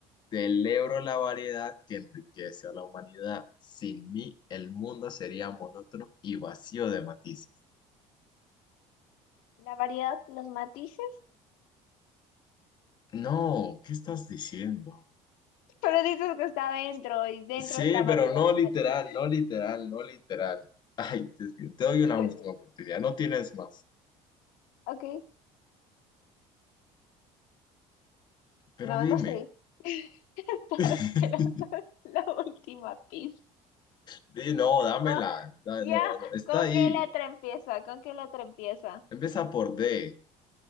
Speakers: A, on the left (about 35°); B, on the left (about 85°).
A: Celebro la variedad que enriquece a la humanidad. Sin mí, el mundo sería monótono y vacío de matices.
B: La variedad, los matices.
A: No, ¿qué estás diciendo?
B: Pero dices que está dentro y dentro
A: Sí,
B: está variedad,
A: pero no literal,
B: matiz.
A: no literal, no literal. Ay, Dios mío, te doy una
B: <laughs>
A: última oportunidad, no tienes más.
B: Ok,
A: Pero
B: no,
A: dime.
B: no sé. <laughs> Estaba
A: <laughs>
B: esperando la última pista.
A: Di, no, dámela.
B: Con-
A: Da-
B: ya,
A: No, no, está
B: ¿con
A: ahí.
B: qué letra empieza? ¿Con qué letra empieza?
A: Empieza por D.